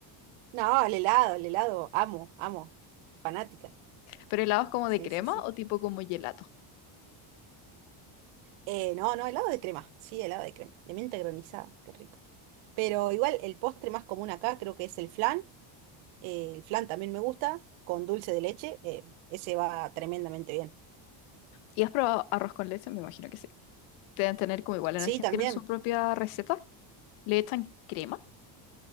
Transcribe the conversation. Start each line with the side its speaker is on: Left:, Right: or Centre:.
Right: No, el helado, el helado, amo, amo, fanática.
Left: ¿Pero helados como
Right: Sí,
Left: de crema
Right: sí, sí.
Left: o tipo como gelato?
Right: Eh, no, no, helado de crema, sí, helado de crema, de menta granizada, qué rico. Pero igual el postre más común acá creo que es el flan, eh, el flan también me gusta, con dulce de leche, eh, ese va tremendamente bien.
Left: ¿Y has probado arroz con leche? Me imagino que sí. deben tener como igual
Right: Sí,
Left: en Argentina
Right: también.
Left: su propia receta. Le echan crema